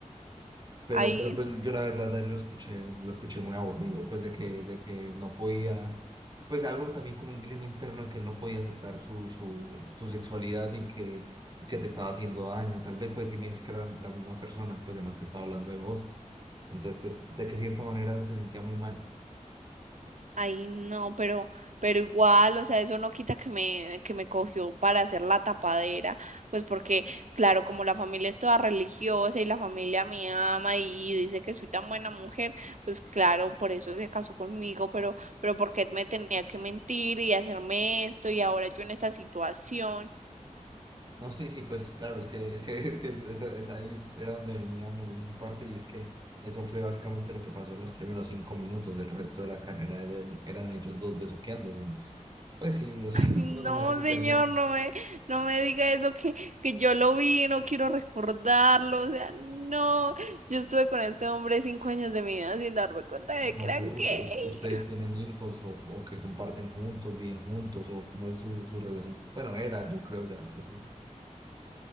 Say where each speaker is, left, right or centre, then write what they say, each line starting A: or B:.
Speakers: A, on the right; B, on the right.
A: Pero,
B: ay,
A: pero pues yo la verdad de él lo escuché, lo escuché muy aburrido, pues de que, de que no podía, pues algo también como un dilema interno de que él no podía aceptar su, su, su sexualidad y que, y que te estaba haciendo daño. Tal vez pues si me dices que era la misma persona, pues de más que estaba hablando de vos. Entonces pues de que cierta manera se sentía muy mal.
B: Ay, no, pero, pero igual, o sea, eso no quita que me, que me cogió para hacer la tapadera, pues porque, claro, como la familia es toda religiosa y la familia me ama y dice que soy tan buena mujer, pues claro, por eso se casó conmigo, pero, pero ¿por qué me tenía que mentir y hacerme esto y ahora yo en esta situación?
A: No, sí, sí, pues claro, es que, es que, <laughs> es que esa, esa ahí era donde venía mi, mi parte y es que eso fue básicamente lo que pasó en los primeros cinco minutos. El resto de la carrera eran, eran ellos dos besuqueándose. Pues sí, o sea, <laughs>
B: No,
A: no, no me dejan
B: señor,
A: terminar.
B: no me, no me diga eso que, que yo lo vi, no quiero recordarlo, o sea, no, yo estuve con este hombre cinco años de mi vida sin darme cuenta de
A: No,
B: que era
A: pero
B: gay.
A: us- ustedes tienen hijos o, o que comparten juntos, viven juntos, o cómo es su, su relación. Bueno, era, yo creo ya. su relación.